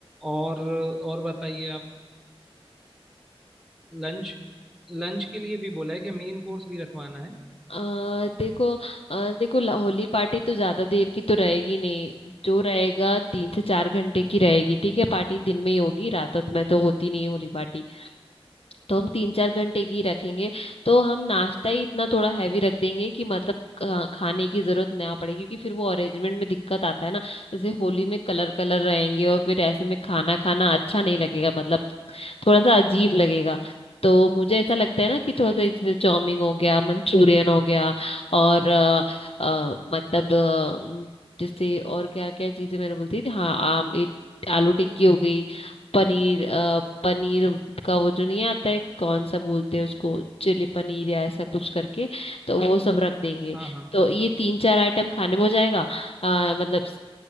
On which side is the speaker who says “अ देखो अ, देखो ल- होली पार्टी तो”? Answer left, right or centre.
Left